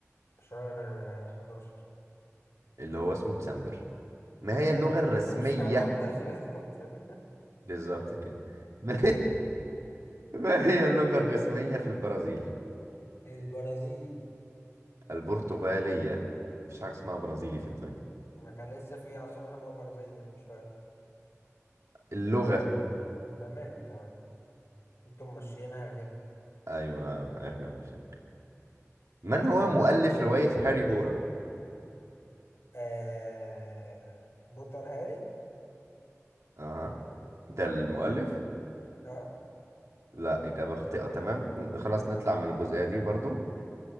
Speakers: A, on the left (about 55°); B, on the right (about 75°).
A: شهر 11
B: اللي هو اسمه ديسمبر ما هي اللغة الرسمية
A: <laughs> شهر 11 اسمه اتسمى
B: بالظبط كده <laughs> ما ما هي اللغة الرسمية في البرازيل
A: البرازيلي
B: البرتغالية مفيش حاجة اسمها برازيلي في الدنيا
A: ما كان لسه في عاصمه اسمها برازيليا من شويه
B: اللغة
A: تمام تمام انتم ماشيينها كده
B: ايوه احنا مش من هو مؤلف رواية هاري بوتر
A: آه... بوتر هاري
B: اها ده المؤلف
A: اه
B: لا إجابة خاطئة تمام م، خلاص نطلع من الجزئية دي برضو